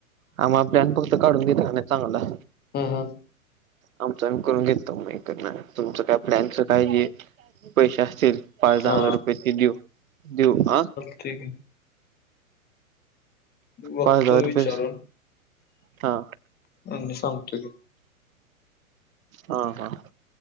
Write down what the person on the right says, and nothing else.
आ म आप्लॅन फक्त काढून घेत का नाही चांगला
आमचं आम्ही करून घेतो मग तुमचं काय प्लॅनचं काय पैसे असतील पाच दहा
हजार रुपये ते देऊ देऊ ह
पाच हजार
रुपये हा
हा हा